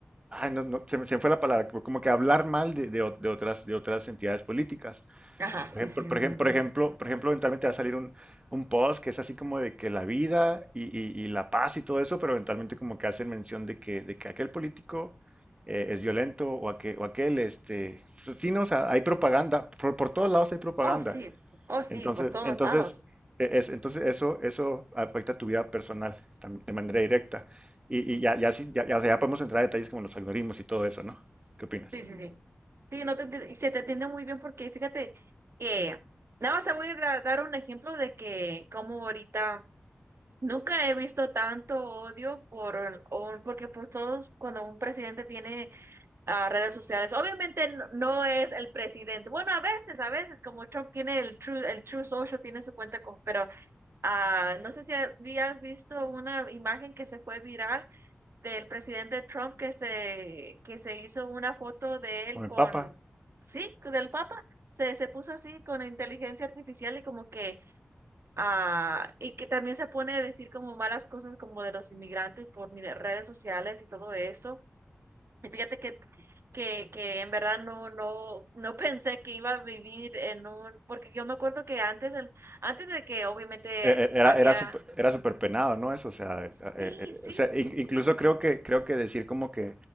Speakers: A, on the right; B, on the right.
A: ay, no, no, se, me se me fue la palabra, como como que hablar mal de, de o- de otras, de otras entidades políticas.
B: Ajá,
A: Por
B: sí,
A: ejemplo,
B: sí, sí,
A: por
B: tremendo.
A: ejem- por ejemplo, por ejemplo, eventualmente va a salir un, un post que es así como de que la vida y, y- y la paz y todo eso, pero eventualmente como que hacen mención de que, de que aquel político eh, es violento o, aquel, o aquel, este, pues sí, no, o sea, hay propaganda, por, por todos lados hay propaganda.
B: Oh, sí, oh, sí,
A: Entonces,
B: por todos
A: entonces,
B: lados.
A: e- es, entonces eso, eso afecta tu vida personal tam- de manera directa. Y, y ya, ya, sí- ya, ya, o sea, ya podemos entrar a detalles como los algoritmos y todo eso, ¿no? ¿Qué opinas?
B: Sí, sí, sí. Sí, no te, enti- y se te entiende muy bien porque fíjate que nada más te voy a dar un ejemplo de que como ahorita nunca he visto tanto odio por, el- o- porque por todos, cuando un presidente tiene a redes sociales. Obviamente no, no es el presidente. Bueno, a veces, a veces, como Trump tiene el True, el True Social, tiene su cuenta, con, pero ah, no sé si habías visto una imagen que se fue viral del presidente Trump que se, que se hizo una foto de
A: Con
B: él con,
A: el Papa,
B: sí, del Papa. Se, se puso así con inteligencia artificial y como que, ah, y que también se pone a decir como malas cosas como de los inmigrantes por mi- redes sociales y todo eso. Y fíjate que, que, que en verdad no, no, no <laughs> pensé que iba a vivir en un, porque yo me acuerdo que antes, el, antes de que obviamente
A: e- e- era,
B: había,
A: era súper era súper penado, ¿no? Eso, o sea,
B: sí,
A: eh, eh,
B: sí,
A: o sea,
B: sí,
A: in- incluso creo que, creo que decir como que,